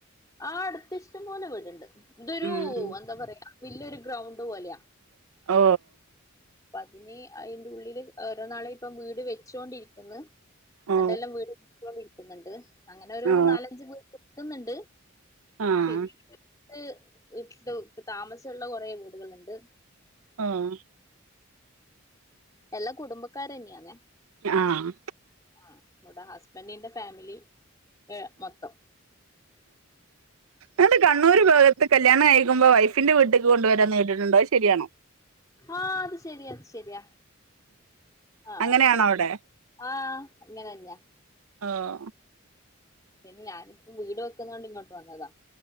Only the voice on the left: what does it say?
ആ അടുത്ത് ഇഷ്ടം പോലെ വീടുണ്ട് ഇതൊരു
എന്താ പറയാ വല്യൊരു ഗ്രൗണ്ട് പോലെയാ
അപ്പ അതിന് അയിന്റെ ഉള്ളില് ഓരോ നാളെ ഇപ്പം വീട് വെച്ചോണ്ടിരിക്കുന്നു
അന്റെല്ലാം വീട് പോ ഇരിക്കുന്നുണ്ട് അങ്ങനെ ഒരു
നാലഞ്ച്പേര് വെക്കുന്നുണ്ട്
പിന്നെ ഇത് ഇട്ട് ഇട്ടു ഇപ്പ താമസമുള്ള കുറേ വീടുകളുണ്ട്
എല്ലാ കുടുംബക്കാരന്നെയാന്നെ
ആ ഇവിടെ ഹസ്ബന്റിന്റെ ഫാമിലി ഏ മൊത്തം
ആഹ് അത് ശെരിണ് ശെരിയാ ആഹ്
ആഹ അങ്ങനെ തന്നെയാ
പിന്നെ ഞാനിപ്പം വീട് വെക്കുന്നതോണ്ട് ഇങ്ങോട്ട് വന്നതാ